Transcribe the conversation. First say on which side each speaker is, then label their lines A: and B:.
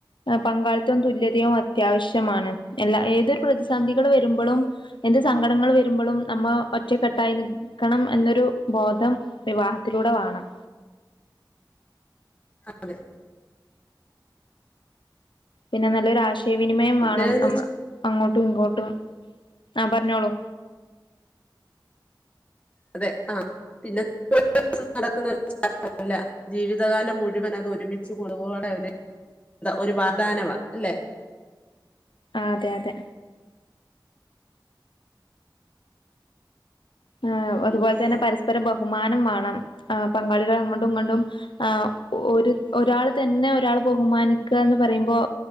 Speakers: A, on the left; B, on the left.
A: പങ്കാളിത്തവും തുല്യതയും അത്യാവശ്യമാണ് എല്ലാ ഏതൊരു പ്രതിസന്ധികൾ വരുമ്പോഴും ഏന്ത് സങ്കടങ്ങൾ വരുമ്പോഴും നമ്മ ഒറ്റക്കെട്ടായി നി - ക്കണം എന്നൊരു ബോധം വിവാഹത്തിലൂടെ വേണം
B: അതെ
A: പിന്നെ നല്ലൊരു ആശയവിനിമയം
B: പിന്നെന്ന്
A: വേണം അ-
B: വെച്ച
A: അങ്ങോട്ടും ഇങ്ങോട്ടും ആ പറഞ്ഞോളൂ
B: അതെ ആ പിന്നെ നടക്കുന്ന കാര്യമല്ല ജീവിതകാലം മുഴുവൻ അത് ഒരുമിച്ച് കുടുംബമോടെ ഒരു ഒരു വാ്ദാനവാ അല്ലെ
A: അതെ അതെ ആ
B: പിന്നെ
A: അതുപോലെ തന്നെ പരസ്പര ബഹു - ബഹുമാനം വേണം പങ്കാളികൾ അങ്ങട്ടും ഇങ്ങട്ടും ആ ഒരു ഒരാൾ തന്നെ ഒരാൾ ബഹുമാനിക്കുക എന്ന് പറയുമ്പോൾ